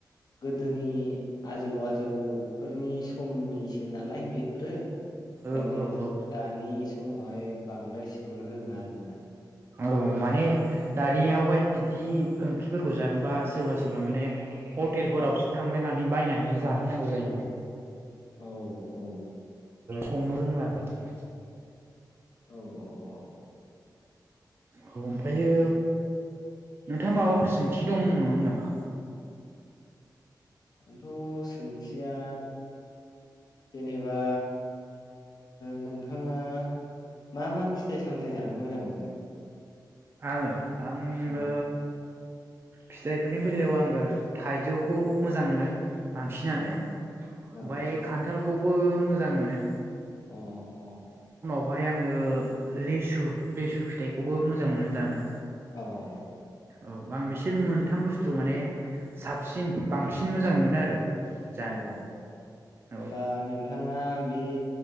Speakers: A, on the left; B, on the right.
A: गोदोनि आजौ आजौफोरनि समनिसो नालाय बे फोरो ओंखायनो
B: औ औ औ
A: दानि समावहाय बांद्राय इसेबां रोङा आरोना।
B: औ माने दानियावहाय बिदि ओंख्रिफोरखौ जानोबा सोरबा सोरबा माने हटेल फोरावसो थांलायनानै बायनानै जाहैक्षनांगौ जायो माने।
A: औ औ
B: संनो रोंला नालाय माने।
A: औ औ औ
B: औ ओमफ्रायो
A: उम
B: नोंथाङा माबाफोर सोंथि दंमोन नामा
A: दंथ' सोंथिया जेनेबा नोंथाङा मा मा फिथाइ सामथायाइ जानो मोजां मोनो
B: आङो आङो
A: औ
B: फिथाइफोरनि बेलायाव आङो थाइजौखौ मोजां मोनो बांसिनानो
A: औ
B: ओमफ्राय
A: औ
B: खान्थालखौबो मोजां मोनो।
A: अ अ
B: बेवहाय आङो लेसु लेसु फिथाइखौबो मोजां मोनो जानो।
A: औ
B: औ आं बिसोर मोनथाम बुस्थु माने साबसिन बांसिन मोजां मोनो आरो। जानो
A: अ होमबा
B: औ
A: नोंथाङा बि